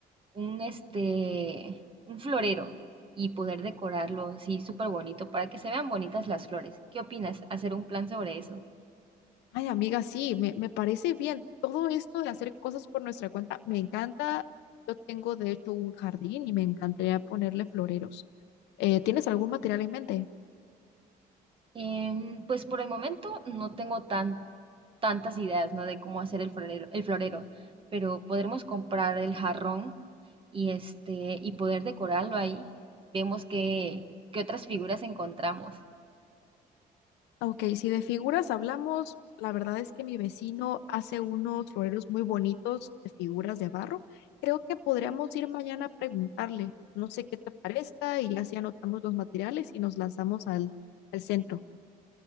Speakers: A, on the right; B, on the left.
A: un este, un florero y poder decorarlo, sí, súper bonito, para que se vean bonitas las flores. ¿Qué opinas? Hacer un plan sobre eso.
B: Ay, amiga, sí, me, me parece bien. Todo esto de hacer cosas por nuestra cuenta me encanta. Yo tengo, de hecho, un jardín y me encantaría ponerle floreros. Eh, ¿tienes algún material en mente?
A: Em, pues por el momento no tengo tan, tantas ideas, ¿no? De cómo hacer el florero, el florero, pero podremos comprar el jarrón y este y poder decorarlo ahí. Vemos qué, qué otras figuras encontramos.
B: Ok, si de figuras hablamos, la verdad es que mi vecino hace unos floreros muy bonitos de figuras de barro. Creo que podríamos ir mañana a preguntarle. No sé qué te parezca y así anotamos los materiales y nos lanzamos al, al centro.